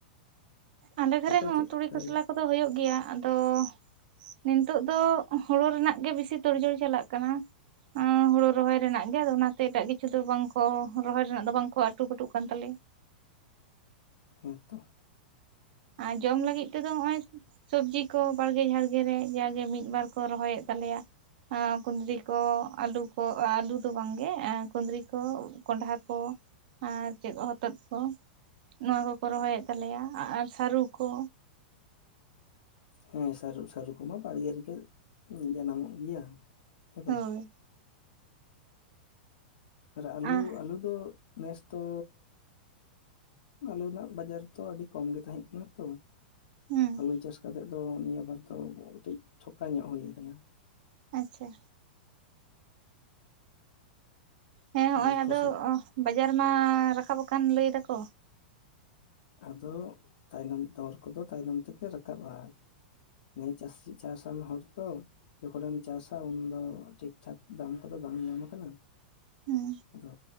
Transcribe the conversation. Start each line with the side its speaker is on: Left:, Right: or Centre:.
Right: ᱟᱞᱮ ᱫᱷᱟᱸᱨᱮ
Left: ᱟᱯᱮ
Right: ᱦᱚᱸ
Left: ᱪᱮᱫ
Right: ᱛᱩᱲᱤ,
Left: ᱠᱚᱯᱮ
Right: ᱠᱷᱚᱥᱞᱟ ᱠᱚᱫᱚ ᱦᱩᱭᱩᱜ ᱜᱮᱭᱟ, ᱟᱫᱚ ᱱᱤᱱᱛᱳᱜ ᱫᱚ ᱦᱳᱲᱳ ᱨᱮᱱᱟᱜ ᱜᱮ ᱵᱮᱥᱤ ᱛᱳᱲᱼᱡᱳᱲ ᱪᱟᱞᱟᱜ ᱠᱟᱱᱟ᱾ ᱟᱸ ᱦᱩᱲᱩ ᱨᱚᱦᱚᱭ ᱨᱮᱱᱟᱜ ᱜᱮ ᱟᱫᱚ ᱚᱱᱟᱛᱮ ᱮᱴᱟᱜ ᱠᱤᱪᱷᱩ ᱫᱚ ᱵᱟᱝ ᱠᱚ ᱨᱚᱦᱚᱭ ᱨᱮᱱᱟᱜ ᱫᱚ ᱵᱟᱝ ᱠᱚ ᱟᱴᱩ ᱯᱟᱹᱴᱩᱜ ᱠᱟᱱ ᱛᱟᱞᱮᱭᱟ᱾
Left: ᱦᱮᱸ ᱛᱚ᱾
Right: ᱟ ᱡᱚᱢ ᱞᱟᱹᱜᱤᱫ ᱛᱮ ᱫᱚ ᱦᱚᱜᱼᱚᱭ ᱥᱚᱵᱡᱤ ᱠᱚ ᱵᱟᱲᱜᱮᱼᱡᱷᱟᱲᱜᱮ ᱨᱮ ᱡᱟᱜᱮ ᱢᱤᱫ ᱵᱟᱨ ᱠᱚ ᱨᱚᱦᱚᱭᱮᱫ ᱛᱟᱞᱮᱭᱟ᱾ ᱟᱸ ᱠᱩᱸᱫᱽᱨᱤ ᱠᱚ ᱟᱞᱩ ᱠᱚ ᱟ-ᱟᱞᱩ ᱫᱚ ᱵᱟᱝ ᱜᱮ ᱮᱸ ᱠᱩᱸᱫᱽᱨᱤ ᱠᱚ ᱠᱚᱸᱰᱷᱟ ᱠᱚ᱾ ᱟᱨ ᱪᱮᱫ ᱦᱚᱛᱚᱫ ᱠᱚ ᱱᱚᱣᱟ ᱠᱚᱠᱚ ᱨᱚᱦᱚᱭᱮᱫ ᱛᱟᱞᱮᱭᱟ ᱟ-ᱟᱨ ᱥᱟᱹᱨᱩ ᱠᱚ᱾
Left: ᱦᱮᱸ, ᱥᱟᱹᱨᱩᱼᱥᱟᱹᱨᱩ ᱠᱩᱢᱟ ᱵᱟᱲᱜᱮ ᱨᱮᱜᱮ ᱡᱟᱱᱟᱢᱚᱜ ᱜᱮᱭᱟ ᱦᱮᱸ
Right: ᱦᱳᱭ
Left: ᱵᱟᱝ? ᱟᱨ ᱟᱞᱩ,
Right: ᱟᱸ
Left: ᱟᱞᱩ ᱫᱚ ᱱᱮᱥ ᱛᱚᱻ ᱩᱸᱜ ᱟᱞᱩ ᱨᱮᱱᱟᱜ ᱵᱟᱡᱟᱨ ᱛᱚ ᱟᱹᱰᱤ ᱠᱚᱢ ᱜᱮ ᱛᱟᱦᱮᱸᱜ ᱠᱟᱱᱟ ᱛᱚ᱾
Right: ᱦᱩᱸ
Left: ᱟᱹᱞᱩ ᱪᱟᱥ ᱠᱟᱛᱮᱫ ᱫᱚ ᱱᱤᱭᱟᱹ ᱵᱟᱨ ᱫᱚ ᱠᱟᱹᱴᱤᱡ ᱴᱷᱚᱠᱟ ᱧᱚᱜ ᱦᱩᱭᱩ ᱟᱠᱟᱱᱟ᱾
Right: ᱟᱪᱪᱷᱟ᱾ ᱦᱮᱸ ᱦᱚᱦᱚᱭ
Left: ᱟᱨ ᱠᱷᱚᱥᱞᱟ
Right: ᱟᱫᱚ ᱟᱸ ᱵᱟᱡᱟᱨ ᱢᱟᱻ ᱨᱟᱠᱟᱵ ᱟᱠᱟᱱ ᱞᱟᱹᱭ ᱫᱟᱠᱚ᱾
Left: ᱟᱫᱚ ᱛᱟᱭᱱᱚᱢ ᱫᱚᱨ ᱠᱚᱫᱚ ᱛᱟᱭᱱᱚᱢ ᱛᱮᱜᱮ ᱨᱟᱠᱟᱵᱼᱟ᱾ ᱱᱮ ᱪᱟᱹᱥᱤ ᱪᱟᱥᱼᱟᱱ ᱦᱚᱲ ᱛᱚ᱾ ᱡᱚᱠᱷᱚᱱᱮᱢ ᱪᱟᱥᱟ ᱩᱱᱫᱚ ᱴᱷᱤᱠᱼᱴᱷᱟᱠ ᱫᱟᱢ ᱠᱚᱫᱚ ᱵᱟᱝ ᱧᱟᱢ ᱟᱠᱟᱱᱟ᱾
Right: ᱦᱩᱸ
Left: ᱟᱫᱚ